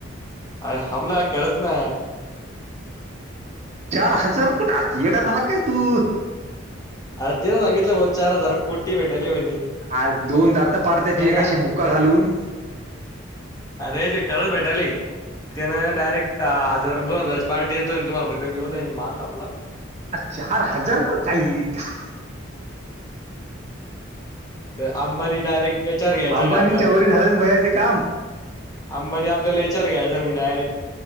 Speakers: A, on the left; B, on the right.
A: अरे हव ना खरंच ना
B: चार हजार कुठं येडा झाला का काय तू
A: अरे ते ना सांगितलं ग चार हजार कोटी भेटायले भणी
B: अरे दोन दात पाड त्याची
A: त्यांना
B: एक अशी बुक्का घालून
A: अरे ते खरच भेटाले. त्यान डायरेक्ट हजार दो हजारची पार्टी येतो तुम्हाला फक्त येऊ द आहे माल आपला
B: आ चार हजार को काहि का
A: तर अंबानी डायरेक्ट ह्यच्यावर घ्यायच
B: अंबानीच्या
A: नाही आपल्याला
B: वरी झालं ना भैया ते काम
A: अंबानी आपल्याला याच्यावर घ्यायचं म्हणे डायरेक्ट